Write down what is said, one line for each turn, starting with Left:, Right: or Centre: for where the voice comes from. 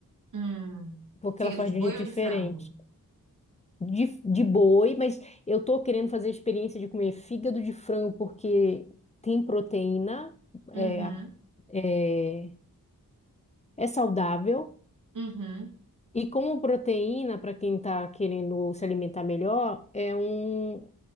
Right: Hum,
Left: porque
Right: fígado
Left: ela faz
Right: de
Left: de um
Right: boi
Left: jeito
Right: ou
Left: diferente.
Right: de frango?
Left: de, de boi, mas eu tô querendo fazer a experiência de comer fígado de frango porque tem proteína,
Right: Uhum,
Left: é, é, é saudável.
Right: uhum,
Left: E como proteína, para quem está querendo se alimentar melhor, é um,